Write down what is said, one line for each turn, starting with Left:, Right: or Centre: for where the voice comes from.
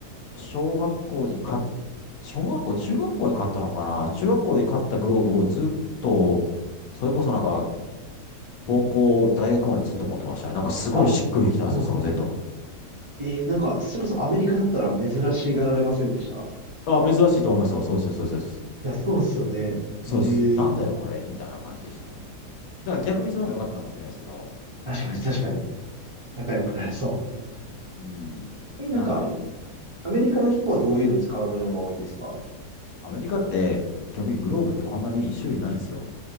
Left: 小学校に買っ、小学校、中学校に買ったのかな中学校で買ったグローブをずっと、それこそなんか、高校、大学までずっと持ってましたね。なんかすごいしっくりきたんですよ、
Right: あ、そうなん。
Left: その Z が。
Right: えー、なんか、それこそアメリカだったら珍しがられませんでした。
Left: あ、珍しいと思いますよ。そうです、そうです、そうです。
Right: いや、そうっすよね。
Left: そうです。
Right: ええ
Left: なんだよ、これ、みたいな感じでしたね。だから逆にそれも良かったのかもしれないですけど。
Right: 確かに確かに。仲良くなれそう。
Left: うん。
Right: え、なんか、
Left: なんで、うん
Right: アメリカの人はどういうの使うのが多いんですか
Left: アメリカって、基本的にグローブってこんなに種類ないんですよ。